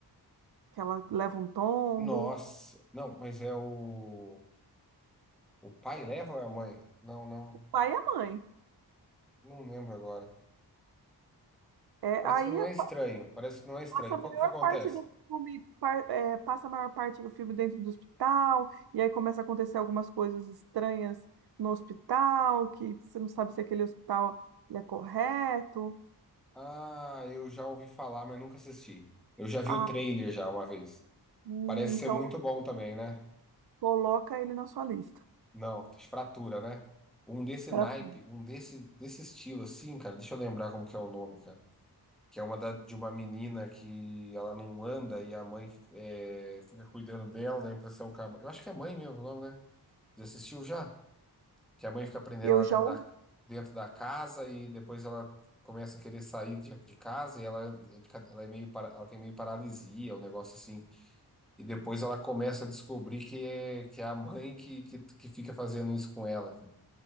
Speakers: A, on the right (about 70°); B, in the centre.
A: que ela leva um tombo.
B: Nossa, não, mas é o. O pai leva ou é a mãe? Não, não,
A: O pai e a mãe.
B: não lembro agora.
A: É,
B: Parece
A: aí
B: que não
A: é
B: é
A: pa-
B: estranho, parece que não é estranho.
A: passa a maior
B: Co- O que acontece?
A: parte do filme, par- é, passa a maior parte do filme dentro do hospital, e aí começa a acontecer algumas coisas estranhas no hospital, que você não sabe se aquele hospital ele é correto.
B: Ah, eu já ouvi falar, mas nunca assisti. Eu já vi
A: Ah,
B: o trailer já uma vez.
A: hum,
B: Parece ser
A: então
B: muito bom também, né?
A: coloca ele na sua lista.
B: Não, fratura, né? Um desse
A: Fratura.
B: naipe, um desse, desse estilo assim, cara. Deixa eu lembrar como que é o nome, cara. que é uma da- de uma menina que ela não anda e a mãe é, fica cuidando dela, dá a impressão que a, eu acho que é mãe mesmo o nome, né? Você assistiu já? Que a mãe fica prendendo
A: Eu
B: ela
A: já
B: dentro
A: ouvi.
B: da, dentro da casa e depois ela começa a querer sair de, de casa e ela, é de ca- ela é meio, para- ela tem meio paralisia, um negócio assim. E depois ela começa a descobrir que é, que é a mãe que, que, que fica fazendo isso com ela, cara.